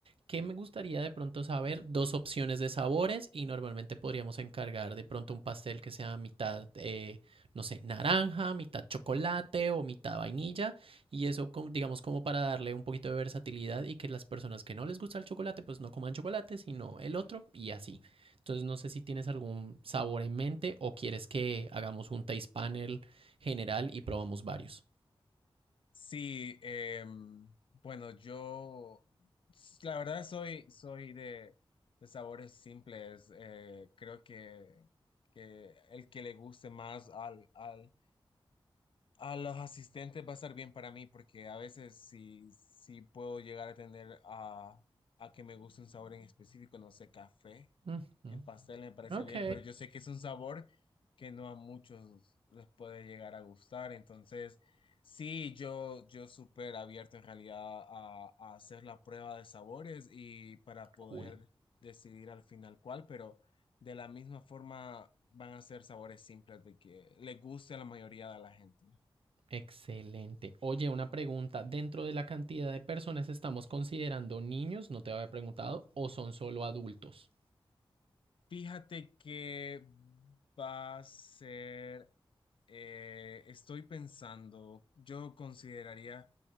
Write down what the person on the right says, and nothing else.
¿Qué me gustaría de pronto saber? Dos opciones de sabores y normalmente podríamos encargar de pronto un pastel que sea mitad, eh, no sé, naranja, mitad chocolate o mitad vainilla y eso digamos como para darle un poquito de versatilidad y que las personas que no les gusta el chocolate pues no coman chocolate sino el otro y así. Entonces no sé si tienes algún sabor en mente o quieres que hagamos un taste panel general y probamos varios.
Ujú.
Ok,
cool.
Excelente. Oye, una pregunta. Dentro de la cantidad de personas estamos considerando niños, no te había preguntado, o son solo adultos.